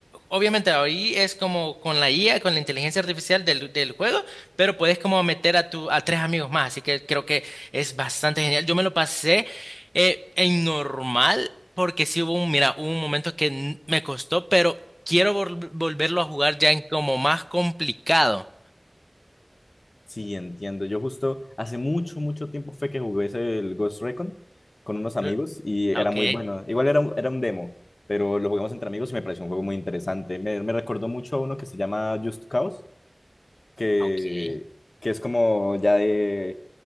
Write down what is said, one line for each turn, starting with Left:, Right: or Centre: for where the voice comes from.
Centre: Obviamente ahí es como con la IA, con la inteligencia artificial del, del juego, pero puedes como meter a tu, a tres amigos más, así que creo que es bastante genial. Yo me lo pasé eh, en normal porque sí hubo un, mira, hubo un momento que n- me costó, pero quiero vol- volverlo a jugar ya en como más complicado.
Left: Sí, entiendo. Yo justo hace mucho, mucho tiempo fue que jugué ese- el Ghost Recon con unos amigos
Centre: Lo-
Left: y era
Centre: Ok,
Left: muy bueno. Igual era un, era un demo, pero lo jugamos entre amigos y me pareció un juego muy interesante. Me, me recordó mucho a uno que se llama Just Cause, que,
Centre: ok.
Left: que es como ya de